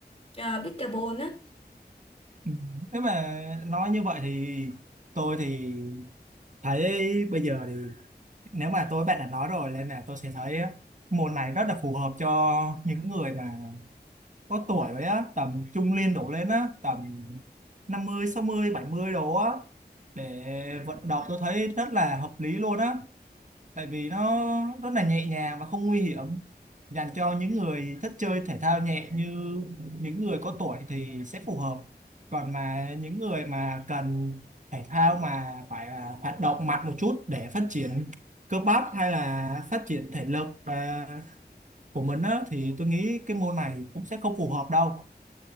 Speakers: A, on the left; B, on the right.
A: uh, pickleball á.
B: Ừ. Nếu mà nói như vậy thì tôi thì thấy bây giờ thì nếu mà tôi bạn đã nói rồi nên là tôi sẽ thấy môn này rất là phù hợp cho những người mà có tuổi rồi á tầm trung niên đổ lên á tầm 50, 60, 70 đồ á để vận động tôi thấy rất là hợp lý luôn á tại vì nó rất là nhẹ nhàng và không nguy hiểm dành cho những người thích chơi thể thao nhẹ như những người có tuổi thì sẽ phù hợp còn mà những người mà cần thể thao mà phải là hoạt động mạnh một chút để phát triển cơ bắp hay là phát triển thể lực à, của mình á, thì tôi nghĩ cái môn này cũng sẽ không phù hợp đâu